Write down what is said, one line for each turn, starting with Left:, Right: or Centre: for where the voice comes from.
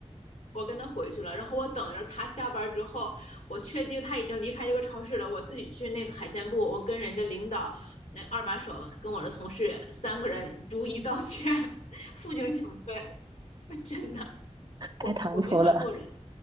Left: 我跟他回去了，然后我等着他下班之后，我确定他已经离开这个超市了，我自己去那个海鲜部，我跟人家领导那二把手跟我的同事三个人逐一道歉，<laughs> 负荆请罪，<laughs> 真的，
Right: 开唐突了
Left: 我我没法做人，